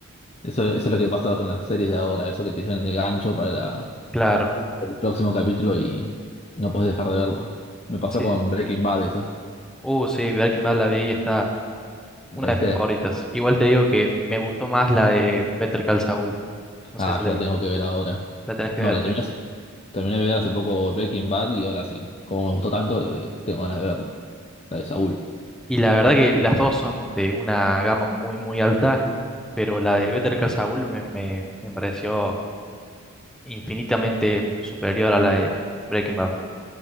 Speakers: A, on the left; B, in the centre.
A: Eso, eso es lo que pasa con las series de ahora, eso que te dejan el gancho para la-
B: Claro,
A: el próximo capítulo y no puedes dejar de verlo. Me pasó
B: sí,
A: con
B: sí.
A: Breaking Bad, eso.
B: Uh, sí, Breaking Bad la vi, está
A: ¿La
B: una
A: viste?
B: de mis favoritas. Igual te digo que me gustó más la de Better Call Saul. No
A: Ah,
B: sé si la
A: yo
B: vi.
A: la tengo que ver ahora.
B: La tenés que
A: No,
B: ver,
A: la
B: sí,
A: terminé,
B: sí.
A: hace- terminé de ver hace poco Breaking Bad y ahora sí. Como me gustó tanto, le- tengo ganas de ver la de Saúl.
B: Y la verdad que las dos son de una gama muy, muy alta, pero la de Better Call Saul me, me, me pareció infinitamente superior a la de Breaking Bad.